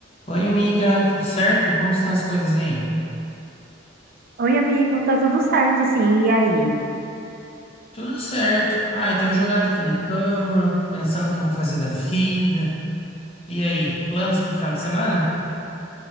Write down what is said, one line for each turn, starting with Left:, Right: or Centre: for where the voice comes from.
Left: Oi, amiga, tudo certo? Como estão as coisas aí?
Right: Oi, amigo, tá tudo certo, sim. E aí?
Left: Tudo certo. Ai, tava jogado aqui na cama, pensando o que eu vou fazer da vida. E aí, planos pro final de semana?